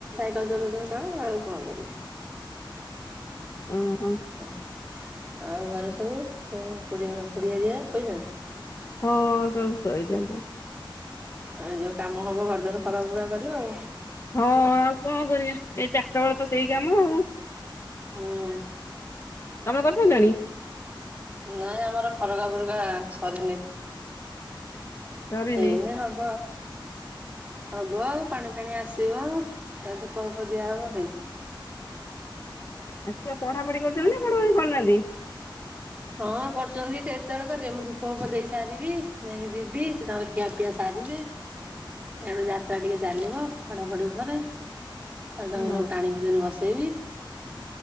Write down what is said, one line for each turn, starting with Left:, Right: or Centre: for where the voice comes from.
Right: <unintelligible> ଆଉ କଣ କରିବି?
Left: ଓହୋ
Right: ହ ଆଉ ଘରେ ସବ୍ ସବୁ <unintelligible> ପଡିଆ ରେ ଶୋଇଛନ୍ତି?
Left: ହଁ ସବୁ ଶୋଇଛନ୍ତି।
Right: ଆଉ ଯୋଉ କାମ ହବ <unintelligible> ଖରା ବୁରା କରିବ ଆଉ।
Left: ହଁ ଆଉ କଣ କରିବା ଏ ଚାରିଟା ବେଳ ତ ସେଇ କାମ ଆଉ।
Right: ହଁ।
Left: ତମେ କରି ସରିଲାଣି?
Right: ନାଇଁ ଆମର <unintelligible> ସରିନି।
Left: ସରିନି
Right: ହେଇନି ହବ। ହବ ଆଉ ପାଣି ଫାଣି ଆସିବ ତା ଧୂପ ଫୁପ ଦିଆହବ ହେଇ
Left: ଏ ସିୟେ ପଢାପଢି କରୁଛନ୍ତି ନା ପଢାପଢି କରୁନାହାନ୍ତି।
Right: ହଁ କରୁଛନ୍ତି କେତେବେଳକୁ ଯ ମୁଁ ଧୂପ ଫୁପ ଦେଇ ସାରିବି ଯାଇକି ଯିବି ସେ ତାଙ୍କର ଖିଆପିଆ ସାରିବେ ଏଣ ଯାତ୍ରା ଟିକେ ଚାଲିବ ପଢାପଢି ଉପରେ ଆ ତାଙ୍କୁ
Left: ହଁ
Right: ସବୁ ଟାଣିକି ବସେଇବି